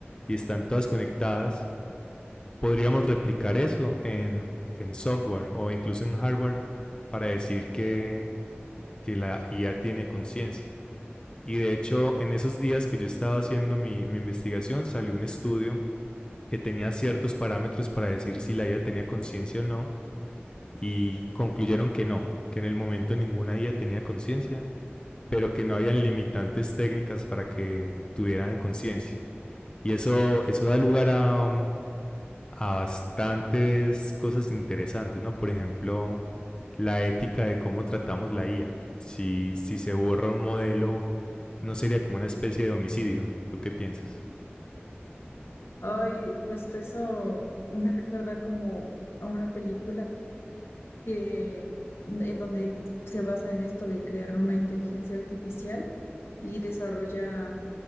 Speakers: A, on the left (about 20°); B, on the left (about 70°).
A: y están todas conectadas, podríamos replicar eso en, en software o incluso en hardware para decir que, que la IA tiene conciencia. Y de hecho, en esos días que yo estaba haciendo mi, mi, investigación, salió un estudio que tenía ciertos parámetros para decir si la IA tenía conciencia o no, y concluyeron que no, que en el momento ninguna IA tenía conciencia, pero que no habían limitantes técnicas para que tuvieran conciencia. Y eso, eso da lugar a, um, a bastantes cosas interesantes, ¿no? Por ejemplo, la ética de cómo tratamos la IA. Si, si se borra un modelo, no sería como una especie de homicidio. ¿Tú qué piensas?
B: Ay, justo eso me recuerda como a una película que en donde se basa en esto de crear una inteligencia artificial y desarrolla